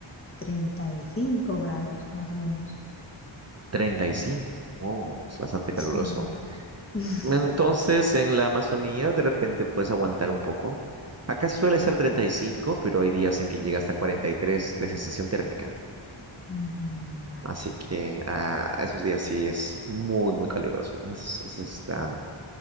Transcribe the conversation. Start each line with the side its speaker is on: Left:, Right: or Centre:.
Left: 35 grados, más o menos.
Right: 35. Oh, es bastante caluroso.
Left: Sí. <laughs>
Right: Entonces, en la Amazonía de repente puedes aguantar un poco. Acá suele ser 35, pero hay días en que llega hasta 43 de sensación térmica.
Left: Mm, Vaya.
Right: Así que ah, esos días sí es muy, muy caluroso, ¿no? Es, es- es la,